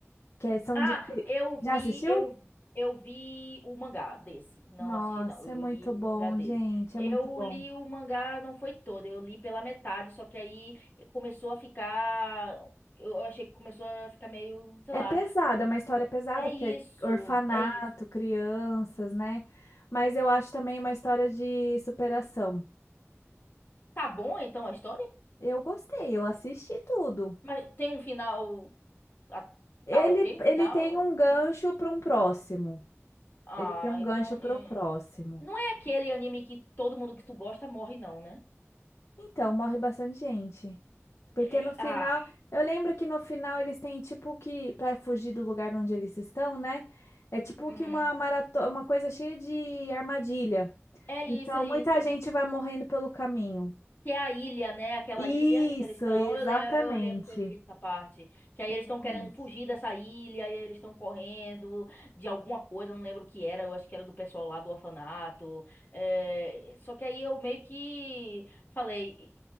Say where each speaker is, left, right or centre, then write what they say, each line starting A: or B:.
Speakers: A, on the left; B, on the left.
A: que é- são
B: Ah,
A: de... cri-
B: eu vi,
A: Já assistiu?
B: eu, eu vi o mangá desse. Não
A: Nossa,
B: assisti, não. Eu
A: é muito
B: li o
A: bom,
B: mangá dele.
A: gente,
B: Eu
A: é muito bom.
B: li o mangá, não foi todo, eu li pela metade, só que aí começou a ficar. Eu achei que começou a ficar meio, sei
A: É
B: lá.
A: pesada,
B: todo-
A: é uma história pesada,
B: É isso,
A: porque é orfanato,
B: é isso.
A: crianças, né? Mas eu acho também uma história de superação.
B: Tá bom então a história?
A: Eu gostei, eu assisti tudo.
B: Mas tem um final. ah,
A: Ele,
B: Tá ok o
A: ele
B: final?
A: tem um gancho para um próximo.
B: Ah,
A: Ele tem um
B: então.
A: gancho para
B: eh,
A: o próximo.
B: Não é aquele anime que todo mundo que tu gosta morre, não, né?
A: Então, morre bastante gente. Porque
B: É-
A: no final,
B: ah.
A: eu lembro que no final eles têm tipo que, para fugir do lugar onde eles estão, né? É tipo
B: uhum.
A: que uma maratona, uma coisa cheia de armadilha.
B: É isso,
A: Então,
B: é isso.
A: muita gente vai morrendo pelo caminho.
B: Que é a ilha, né? Aquela
A: Isso,
B: ilha que eles estão.
A: exatamente.
B: Eu, le- eu lembro que eu li essa parte. Que aí
A: Exatamente.
B: eles estão querendo fugir dessa ilha, e aí eles estão correndo de alguma coisa, eu não lembro o que era, eu acho que era do pessoal lá do orfanato. É, Só que aí eu meio que falei,